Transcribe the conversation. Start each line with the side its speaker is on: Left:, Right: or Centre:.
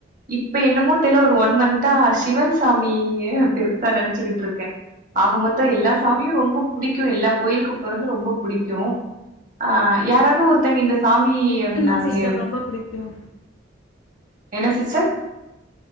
Right: இப்ப என்னமோ தெரில ஒரு ஒன் மந்த்தா சிவன் சாமிய பெருசா நெனைச்சுகிட்டு இருக்க ஆக மொத்த எல்லா சாமியு ரொம்ப புடிக்கு எல்லா கோயிலுக்கு போறது ரொம்ப புடிக்கு அ யாராது ஒருத்தங்க இந்த சாமி நாக
Left: தா சிஸ்டர் ரொம்ப புடிக்கு
Right: என்ன சிஸ்டர்